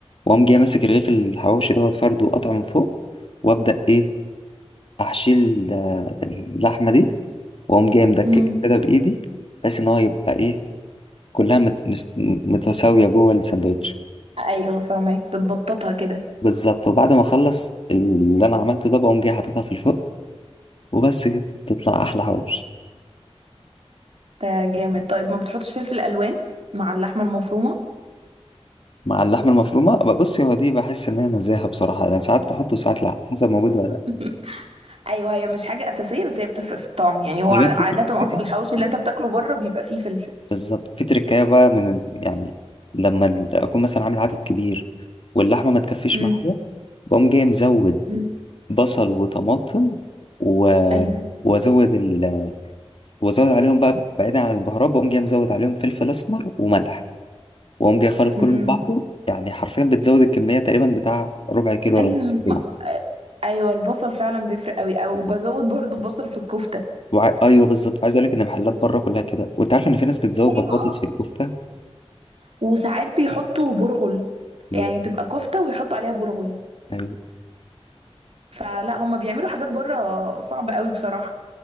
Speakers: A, on the left (about 55°); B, on the right (about 65°).
A: وأقوم جاي ماسك رغيف الحواوشي دوت فرده وقطعه من فوق وأبدأ إيه أحشي ال- اللحمة دي وأقوم جاي مدككه
B: امم
A: كده بإيدي بحيث إن هو يبقى إيه كلها مت... مست- متساوية جوه الساندوتش
B: ايوه فاهمك بتبططها كده
A: بالظبط وبعد ما اخلص اللي انا عملته ده بقوم جاي حاططها في الفرن وبس كده تطلع احلى حواوشي
B: ده جامد طيب ما بتحطش فلفل الوان مع اللحمه المفرومه
A: مع اللحمه المفرومه بص هو دي بحس ان هي نزاهه بصراحه انا ساعات بحطه وساعات لا على حسب موجود ولا
B: <laughs>
A: لا
B: ايوه هي مش حاجه اساسيه بس هي بتفرق في الطعم يعني هو
A: انا
B: ع-
A: بقى في
B: عاده
A: تركتين.
B: اصلا الحواوشي اللي انت بتاكله بره بيبقى فيه فلفل
A: بالظبط في تركايه بقى من ال- يعني لما ال- اكون مثلا عامل عدد كبير واللحمه ما تكفيش
B: امم
A: معايا بقوم جاي مزود
B: أمم.
A: بصل وطماطم و...
B: ايوه
A: وازود ال... وازود عليهم بقى بعيدا عن البهارات بقوم جاي مزود عليهم فلفل اسمر وملح واقوم جاي خالط كله
B: امم
A: في بعضه يعني حرفيا بتزود الكميه تقريبا بتاع ربع كيلو
B: ايوه
A: ولا نص كيلو
B: ما... ايوه البصل فعلا بيفرق قوي او
A: لحمة.
B: بزود برضو بصل في الكفته
A: وع... ايوه بالظبط وعايز اقول لك ان محلات بره كلها كده وانت عارف ان في ناس بتزود
B: ايوه
A: بطاطس في الكفته
B: وساعات بيحطوا برغل
A: بس-
B: يعني تبقى كفتة ويحطوا عليها برغل
A: ايوه
B: فلا هما بيعملوا حاجات بره صعبة قوي بصراحة